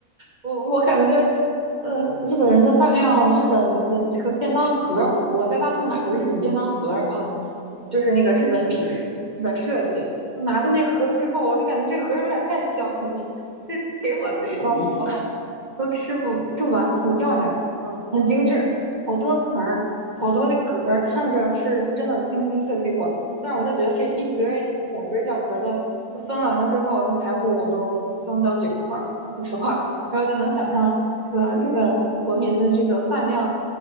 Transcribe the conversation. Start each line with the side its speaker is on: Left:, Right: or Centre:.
Right: 我我感觉，呃，日本人的饭量，日本的这个便当盒儿，我我在大陆买过日本便当盒儿啊，就是那个日本品，
Left: 嗯，对，
Right: 日本设计。我拿到那盒子之后，我就感觉这盒儿有点太小了，<laughs> 这给我自己装的，
Left: 好迷你啊。
Right: 我感觉都吃不吃不完，很漂亮，嗯，很精致，好多层儿，好多的格儿，看着是真的精心设计过。但是我就觉得这一格儿一小格儿一小格儿的，就分完了之后，那排骨我都装不了几块儿。<laughs> 说实话，然后就能想象这个日本国民的这个饭量